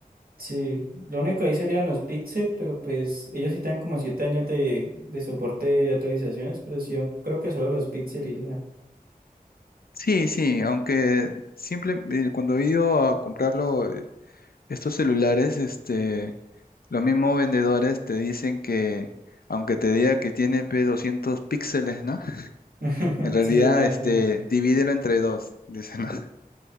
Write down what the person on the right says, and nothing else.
Sí, lo único ahí serían los Pixel, pero pues ellos sí tienen como siete años de, de soporte de actualizaciones, pero sí, yo creo que solo los Pixel y ya.
<laughs>
Sí, la
verdad.